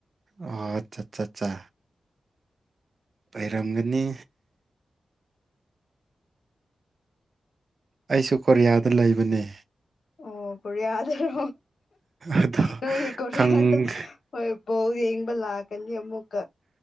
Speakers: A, on the right (about 60°); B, on the left (about 70°).
A: ꯑꯣ ꯆ ꯆꯥ ꯆꯥ ꯂꯩꯔꯝꯒꯅꯤ ꯑꯩꯁꯨ ꯀꯣꯔꯤꯌꯥꯗ ꯂꯩꯕꯅꯦ
B: ꯑꯣ ꯀꯣꯔꯤꯌꯥꯗꯔꯣ
A: ꯑꯗꯣ
B: ꯅꯣꯏꯒꯤ ꯀꯣꯔꯤꯌꯥꯗ
A: ꯈꯪ
B: ꯍꯣꯏ ꯕꯣꯜ ꯌꯦꯡꯕ ꯂꯥꯛꯀꯅꯤ ꯑꯃꯨꯛ